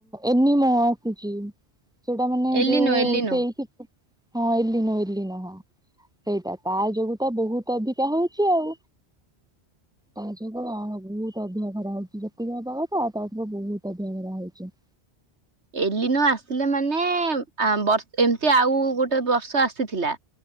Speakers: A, in the centre; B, on the right.
A: ଏନିମା ଆସିଚି ସେଟା ମାନେ
B: ଏଲିନୋ
A: ଯୋଉ
B: ଏଲିନୋ
A: ସେଇଠି ତ ହଁ ଏଲିନୋ ଏଲିନୋ ହଁ। ସେଇଟା ତା ଯୋଗୁ ତ ବୋହୁତ ଅଧିକା ହଉଚି ଆଉ। ତା ଯୋଗୁ ଆଉ ବୋହୁତ ଅଧିକା ଖରା ହଉଚି ଯେତିକି ହବା କଥା ତାଠାରୁ ବୋହୁତ ଅଧିକା ଖରା ହଉଚି।
B: ଏଲିନୋ ଆସିଲେ ମାନେ ଆ ବର୍ ଏମତି ଆଉ ଗୋଟେ ବର୍ଷ ଆସିଥିଲା।